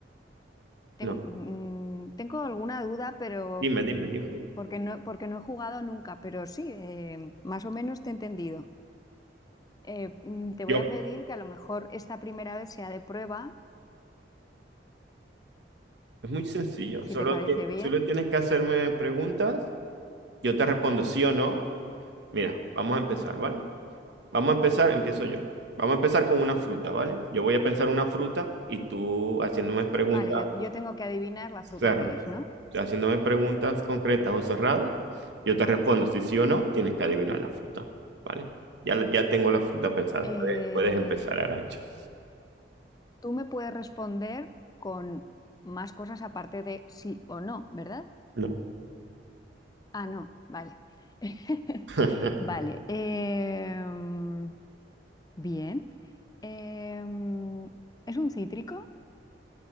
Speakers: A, on the left (about 20°); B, on the right (about 70°).
A: ten-
B: No.
A: mm, tengo alguna duda, pero
B: Dime, dime, dime, dime.
A: porque no, porque no he jugado nunca, pero sí, em, más o menos te he entendido. Eh, mm, te voy
B: Yo,
A: a
B: Bueno,
A: pedir que a lo mejor esta primera vez sea de prueba,
B: es muy sencillo.
A: si
B: Solo,
A: te parece
B: que-
A: bien.
B: solo tienes que hacerme preguntas. Yo te respondo sí o no. Mira, vamos a empezar, ¿vale? Vamos a empezar, empiezo yo. Vamos a empezar con una fruta, ¿vale? Yo voy a pensar una fruta y tú haciéndome preguntas,
A: Vale, yo, yo tengo que adivinar la fruta
B: cer-
A: que es, ¿no?
B: haciéndome preguntas concretas o cerradas, yo te respondo si sí o no, tienes que adivinar la fruta, ¿vale? Ya, la- ya tengo la fruta pensada,
A: Eh,
B: puedes, puedes empezar, Arancha.
A: tú me puedes responder con más cosas aparte de sí o no, ¿verdad?
B: No.
A: Ah, no, vale. <laughs>
B: <laughs>
A: Vale, em, bien. Em, ¿es un cítrico?